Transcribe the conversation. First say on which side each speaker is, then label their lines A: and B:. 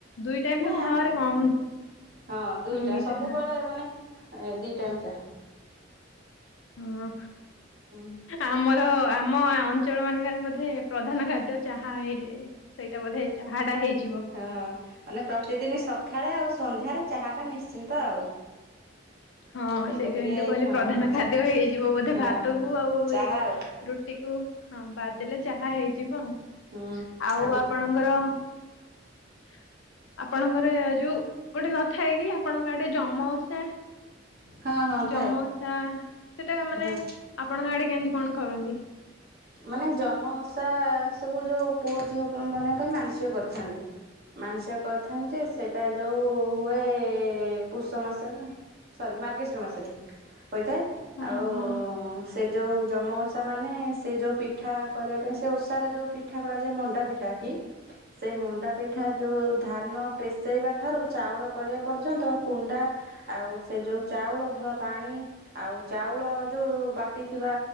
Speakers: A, on the left; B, on the right.
A: ଦୁଇ ଟାଇମଠୁ
B: ନା
A: କାହା ଘରେ କମ ହଉନି
B: ହଁ ଦୁଇ ଟାଇମ୍ ସବୁବେଳେ
A: ଚାହା।
B: ମାନେ ଦି ଟାଇମ୍ ଚା।
A: ହଁ।
B: ହୁଁ।
A: ଆମର ଆମ ଅଞ୍ଚଳ ମାନଙ୍କରେ ବୋଧେ ପ୍ରଧାନ ଖାଦ୍ୟ ଚାହା। ହେଇଯାଏ। ସେଇଟା ବୋଧେ ଚାହା ଟା ହେଇଯିବ।
B: ହଁ ମାନେ ପ୍ରତିଦିନ ସକାଳେ ଆଉ ସନ୍ଧ୍ୟାରେ ଚାହାଟା ନିଶ୍ଚିନ୍ତ ଆଉ।
A: ହଁ
B: ସେଇଟା
A: ସେଇଥିପାଇଁ
B: ଟିକେ
A: ତ କହିଲି
B: ହଁ
A: ପ୍ରଧାନ ଖାଦ୍ୟ
B: ଚା
A: ହେଇଯିବ ବୋଧେ
B: ହଁ
A: ଭାତ କୁ ଆଉ
B: ଚାହା
A: ଏ
B: ଆଉ
A: ରୁଟି କୁ ହଁ ବାଦ ଦେଲେ ଚାହା ହେଇଯିବ
B: ହୁଁ
A: ଆଉ
B: ଆଜି
A: ଆପଣଙ୍କର <unintelligible> ଆପଣଙ୍କର ଯୋଉ ଗୋଟେ ନଥାଏ କି ଆପଣଙ୍କ ଗୋଟେ ଯମ ଓଷା।
B: ହଁ ହଁ
A: ଯମ
B: ଥାଏ
A: ଓଷା ସେଟା ମାନେ
B: ହଁ।
A: ଆପଣଙ୍କ ଆଡେ କେମିତି କଣ କରନ୍ତି।
B: ମାନେ ଯମା ଓଷା ସବୁ ଯୋଉ ପୁଅ ଝିଅ ମାନଙ୍କ ପାଇଁ ମାନସିକ କରିଥାନ୍ତି। ମାନସିକ କରିଥାନ୍ତି ଯେ ସେଇଟା ଯୋଉ ହୁଏ ପୁଷ ମାସର। ସରି ମାର୍ଗେଶ୍ୱର ମାସରେ। ହୋଇଥାଏ
A: ଓହୋ
B: ଆଉ ସେ ଯେଉ ଯମ ଓଷା ମାନେ ସେ ଯୋଉ ପିଠା କରିବା ପାଇଁ ସେ ଓଷାର ଯୋଉ ପିଠା କରାଯାଏ ମଣ୍ଡା ପିଠା କି ସେ ମଣ୍ଡା ପିଠା
A: ହଁ
B: ଯେଉଁ ଧାନ ପେଶେଇବା ଠାରୁ ଚାଉଳ କରିବା ପର୍ଯ୍ୟନ୍ତ କୁଣ୍ଡା ଆଉ ସେ ଯେଉଁ ଚାଉଳ ଧୁଆ ପାଣି। ଆଉ ଚାଉଳ ଯୋଉ ବାଟି ଥିବା